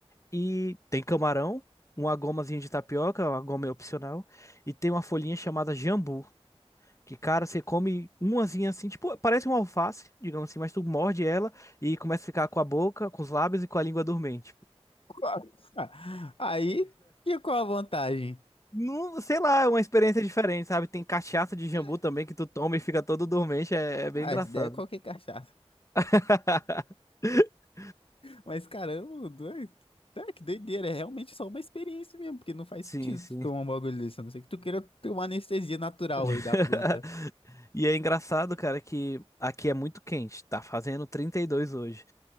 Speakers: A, on the left; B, on the left.
A: e tem camarão, uma gomazinha de tapioca, uma goma é opcional, e tem uma folhinha chamada jambu. Que, cara, você come umazinha assim, tipo, parece uma alface, digamos assim, mas tu morde ela e começa a ficar com a boca, com os lábios e com a língua dormente.
B: Qual- <laughs> Aí, que qual a vantagem?
A: Não, sei lá, é uma experiência diferente, sabe? Tem cachaça de jambu
B: É.
A: também que tu toma e fica todo dormente, é, é bem
B: Ah,
A: engraçado.
B: essa ideia é qualquer cachaça.
A: <laughs>
B: Mas caramba, doido. Cara, que doideira, é realmente só uma experiência mesmo, porque não faz
A: Sim,
B: sentido
A: sim.
B: tu tomar um bagulho desse, a não ser que tu queira ter uma anestesia natural
A: <laughs>
B: aí da planta.
A: E é engraçado, cara, que aqui é muito quente, tá fazendo 32 hoje.